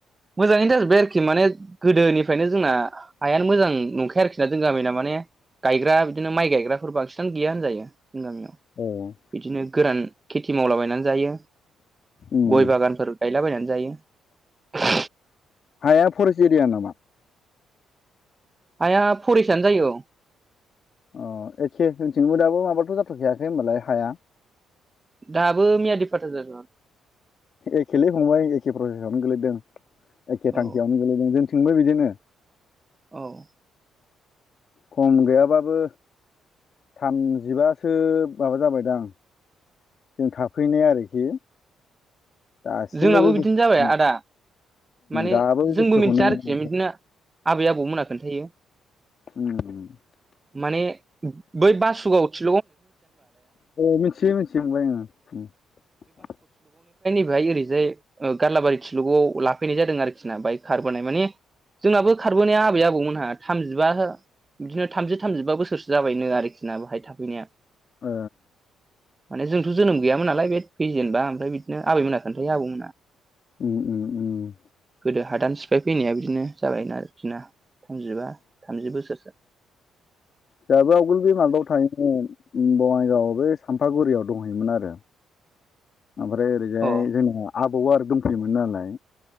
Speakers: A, on the right; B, on the left.
A: मोजाङैनो जाजोब्बाय आरोखि माने गोदोनिफ्रायनो जोंना हायानो मोजां नंखाया आरोखि ना जों गामिना माने गायग्रा बिदिनो माइ गायग्राफोर बांसिनानो गैया होन जायो जों गामियाव
B: औ
A: बिदिनो गोरान खेथि मावलाबायनानै जायो
B: उम
A: गय बागानफोर गायलाबायनानै जायो।
B: हाया फरेस्ट एरिया नामा?
A: हइया फरायिसायानो जायो औ
B: अ एखे जोंथिंबो दाबो माबाथ' जाथ'खायाखै होनबालाय हाया
A: दाबो मियादि फाथा जाजोबा
B: एखेलै फंबाय। एखे प्रसेेसआवनो गोलैदों एखे
A: औ
B: थांखियावनो गोलैदों जोंथिंबो बिदिनो
A: औ
B: खम गैयाबाबो थामजिबासो माबा जाबायदां जों थाफैनाय आरोखि दासिमबो
A: जोंनाबो
B: बे
A: बिदिनो
B: बुस्थु
A: जाबाय आदा माने
B: दाबो बे
A: जोंबो
B: बुस्थुखौनो
A: मिथिया आरोखि
B: मोना
A: बिदिनो आबै आबौमोना खोनन्थायो
B: उम
A: माने बै बासुगाव थि
B: औ मिथियो मिथियो फंबाय ओ ओ
A: बेहाय ओरैजाय ओ गारलाबारि थिलुगआव लाफैनाय जादों आरोखि ना बेहाय खारबोनाय माने जोंनाबो खारबोनाया आबै आबौमोनहा थामजिबा बिदिनो थामजि थामजिबा बोसोरसो जाबायनो आरोखि ना बहाय थाफैनाया
B: ओ
A: माने जोंथ' जोनोम गैयामोनालाय बे फैजेनबा ओमफ्राय बिदिनो आबैमोना खोन्थायो आबौमोना
B: उम उम उम
A: गोदो हादान सिफाय फैनाया बिदिनो जाबायना आरोखि ना थामजिबा थामजि बोसोरसो
B: जोंहाबो आवगोल बे माबायाव थायोमोन उम बङाइगाव बै सामफागुरियाव दंहैयोमोन आरो ओमफ्राय ओरैजाय
A: औ
B: जोंना आबौआ आरो दंफैयोमोन नालाय